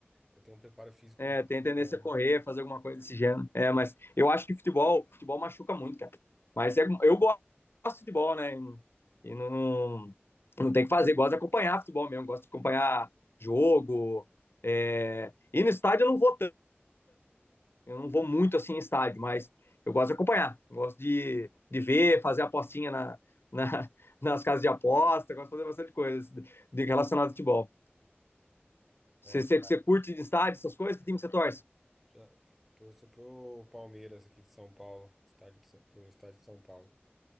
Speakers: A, in the centre; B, on the left.
A: já tem um preparo físico
B: É,
A: um pouco
B: tem
A: melhor,
B: tendência a correr, fazer alguma coisa desse gênero. É, mas eu acho que futebol, futebol machuca muito, cara. Mas é, eu gosto de futebol, né? E, e não, não tem o que fazer. Gosto de acompanhar futebol mesmo, gosto de acompanhar jogo. É... E no estádio eu não vou tanto, eu não vou muito assim em estádio, mas eu gosto de acompanhar, gosto de, de ver, fazer apostinha na, na, <laughs> nas casas de aposta, gosto de fazer bastante coisa de, de relacionado ao futebol.
A: né?
B: Você,
A: É, está-
B: você, você curte de estádio, essas coisas? Que time você torce?
A: já torço pro Palmeiras aqui de São Paulo, estádio de São- do estádio de São Paulo.